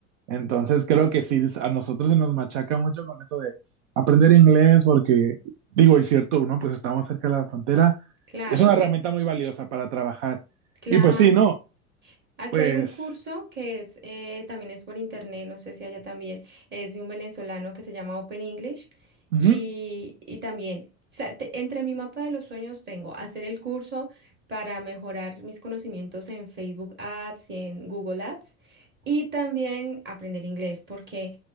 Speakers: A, on the right (about 55°); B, on the right (about 25°).
A: Entonces creo que sí, a nosotros se nos machaca mucho con eso de aprender inglés, porque digo, y cierto, ¿no? Pues estamos cerca de la frontera.
B: Claro,
A: Es una herramienta muy valiosa para trabajar.
B: claro.
A: Y pues sí, no,
B: Aquí
A: pues...
B: hay un curso que es eh, también es por internet, no sé si allá también, es de un venezolano que se llama Open English
A: ujú,
B: y, y también, o sea, te- entre mi mapa de los sueños tengo hacer el curso para mejorar mis conocimientos en Facebook Ads y en Google Ads y también aprender inglés porque